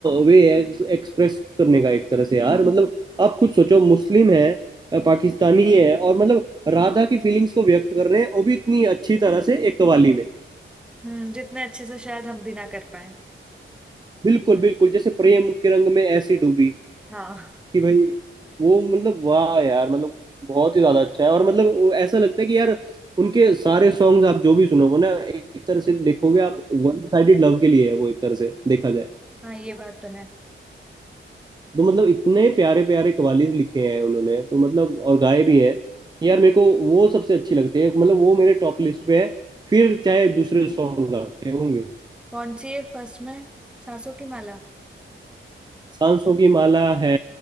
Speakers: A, on the right; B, in the centre.
A: वे है एक्सप्रेस करने का एक तरह से यार मतलब आप खुद सोचो मुस्लिम है अ, पाकिस्तानी है और मतलब राधा की फीलिंग्स को व्यक्त कर रहे हैं वो भी इतनी अच्छी तरह से एक कवाली में
B: हम्म जितने अच्छे से शायद हम भी ना कर पाए
A: बिल्कुल बिल्कुल जैसे प्रेम के रंग में ऐसी डूबी
B: हाँ
A: कि भाई वो मतलब वाह यार मतलब बहुत ही ज्यादा अच्छा है और मतलब वो ऐसा लगता है कि यार उनके सारे सॉन्ग्स आप जो भी सुनोगे ना एक तरह से देखोगे आप वन साइडेड लव के लिए है वो एक तरह से देखा जाए
B: हाँ ये बात तो है
A: तो मतलब इतने प्यारे प्यारे कवालीज लिखे हैं उन्होंने तो मतलब और गाए भी हैं यार मेरे को वो सबसे अच्छी लगती है मतलब वो मेरे टॉप लिस्ट पे है फिर चाहे दूसरे सॉन्ग आते होंगे
B: कौन सी है फर्स्ट में सांसों की माला
A: सांसों की माला है